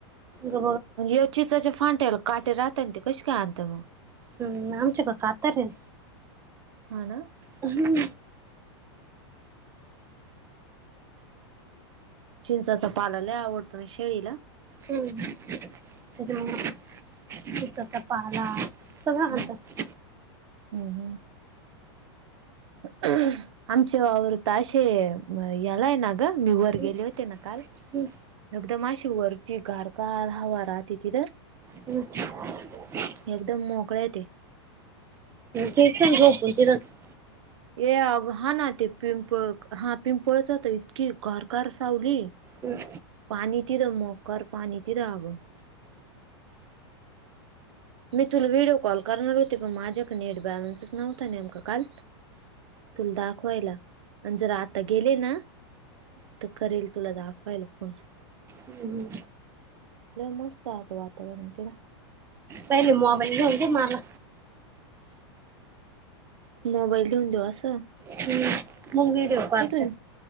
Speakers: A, on the right; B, on the right.
A: ग
B: आणि चिचाचे फाटेला काटे राहता ते कशी काय आणता मग?
A: हम्म आमच्या कडे कातार आहे.
B: हा ना
A: हम्म
B: चिंचाचा पाला लय आवडतो ना शेळीला.
A: हम्म त्या चिचाचा पाला सगळं
B: हम्म
A: आवडत
B: हम्म हम्म <inaudible> आमचे वावर तर आशे यालाय ना ग मी वर
A: हम्म
B: गेले होते ना काल.
A: हम्म
B: एकदम अशी वरती गार गार हवा राहते तिथं.
A: हम्म
B: एकदम मोकळ आहे ते.
A: ते संग झोपले तिथंच.
B: ये अग हा ना ते पिंपळ हा पिंपळच तर इतकी गार गार सावली.
A: <unintelligible> ते
B: पाणी तिथं मकर पाणी तिरांगं मी तुला व्हिडिओ कॉल करणार होते पण माझ्याक नेट बॅलन्सस नव्हता नेमका काल तुला दाखवायला आणि जर आता गेले ना तर करील तुला दाखवायला फोन
A: हम्म
B: लय मस्त आहे आप वातावरण तेढा
A: काय नाय मोबाईल घावले की माला
B: मोबाईल घेऊन दीवू अस
A: हम् मग व्हिडिओ कॉल
B: कुठून
A: कर